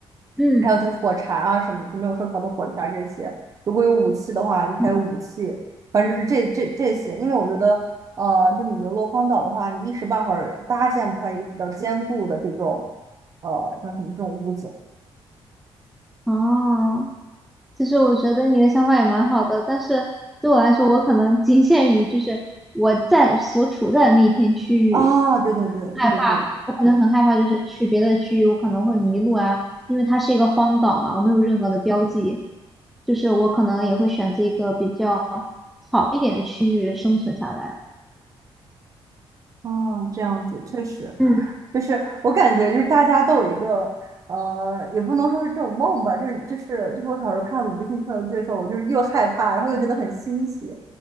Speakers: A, in the centre; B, on the right (about 35°).
A: 嗯，
B: 还有就是火柴啊什么，就没有受潮的火柴这些。如果有武器的话，就还有武器。
A: 嗯，
B: 反正就是这这这些，因为我觉得呃，就你流落荒岛的话，你一时半会儿搭建不出来一个比较坚固的这种，呃，叫什么这种屋子
A: 哦。其实我觉得你的想法也蛮好的，但是对我来说，我可能仅限于就是我在所处在的那一片区域，
B: 啊？对对对，
A: 害怕，
B: 是是，
A: 我可能很害怕，就是去别的区域，我可能会迷路啊，因为它是一个荒岛嘛，我没有任何的标记，就是我可能也会选择一个比较好一点的区域生存下来。
B: 啊，这样子确实，
A: 嗯
B: 就是我感觉就是大家都有一个，呃，也不能说是这种梦吧，就是就是就是我小时候看《鲁滨逊漂流记》的时候，我就是又害怕，然后又觉得很欣喜，